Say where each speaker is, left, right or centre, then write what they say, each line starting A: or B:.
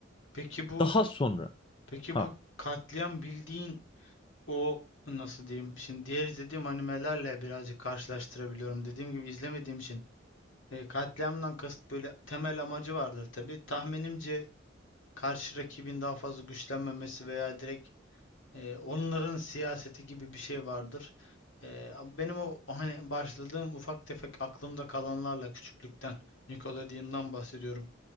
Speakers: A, on the left (about 75°); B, on the left (about 25°).
A: Peki bu
B: Daha sonra
A: peki
B: ha
A: bu katliam bildiğin o nasıl diyeyim? Şimdi diğer izlediğim animelerle birazcık karşılaştırabiliyorum. Dediğim gibi izlemediğim için e, katliamdan kasıt böyle temel amacı vardır tabii. Tahminimce karşı rakibin daha fazla güçlenmemesi veya direkt Ee, onların siyaseti gibi bir şey vardır. Ee, benim o hani başladığım ufak tefek aklımda kalanlarla küçüklükten Nickelodeon'dan bahsediyorum.